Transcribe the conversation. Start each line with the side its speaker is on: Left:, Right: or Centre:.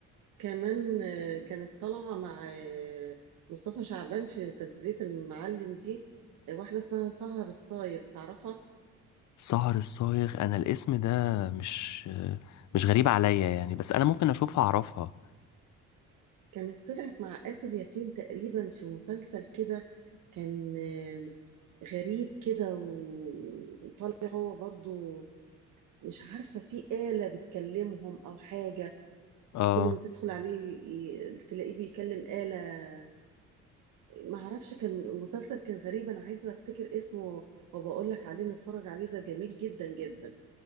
Right: كمان آه، كانت طالعة مع آه، مصطفى شعبان في تمثيلية المعلم دي آه، واحدة اسمها سهر الصايغ تعرفها
Left: سهر الصايغ انا الاسم ده مش مش غريب عليا يعني بس انا ممكن اشوفها اعرفها
Right: كانت طلعت مع آسر ياسين تقريبا في مسلسل كده كان آه، غريب كده و- وطالع هو برضو مش عارفة في آلة بتكلمهم أو حاجة
Left: اه
Right: وكل ما تدخل عليه ي- تلاقيه بيكلم آلة ما اعرفش كان مسلسل كان غريب انا عايزه افتكر اسمه وبقول لك عليه نتفرج عليه ده جميل جدا جدا